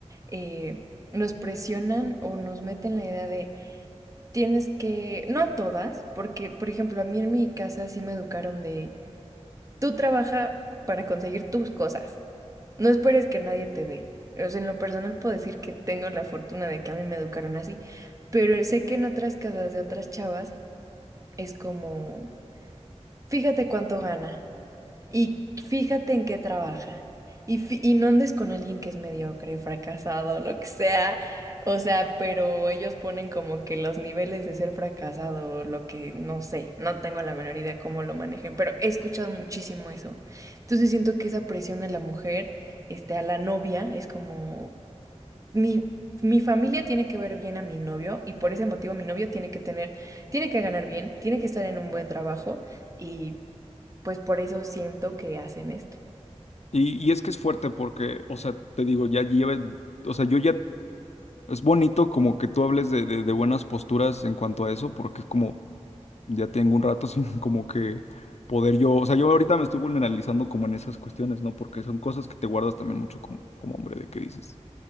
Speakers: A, on the right (about 30°); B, on the left (about 65°).
A: eh, nos presionan o nos meten la idea de tienes que, no a todas, porque, por ejemplo, a mí en mi casa sí me educaron de tú trabaja para conseguir tus cosas. No esperes que nadie te dé. O sea, en lo personal puedo decir que tengo la fortuna de que a mí me educaron así, pero sé que en otras casas de otras chavas es como, fíjate cuánto gana. Y fíjate en qué trabaja. Y, fi- y no andes con alguien que es mediocre, fracasado, lo que sea. O sea, pero ellos ponen como que los niveles de ser fracasado, lo que no sé, no tengo la menor idea cómo lo manejen, pero he escuchado muchísimo eso. Entonces siento que esa presión a la mujer, este, a la novia, es como mi, mi familia tiene que ver bien a mi novio y por ese motivo mi novio tiene que tener, tiene que ganar bien, tiene que estar en un buen trabajo y pues por eso siento que hacen esto.
B: Y, y es que es fuerte porque, o sea, te digo, ya lleva, o sea, yo ya, es bonito como que tú hables de, de, de buenas posturas en cuanto a eso, porque es como, ya tengo un rato sin <laughs> como que poder yo, o sea, yo ahorita me estoy vulnerabilizando como en esas cuestiones, ¿no? Porque son cosas que te guardas también mucho como, como hombre de que dices.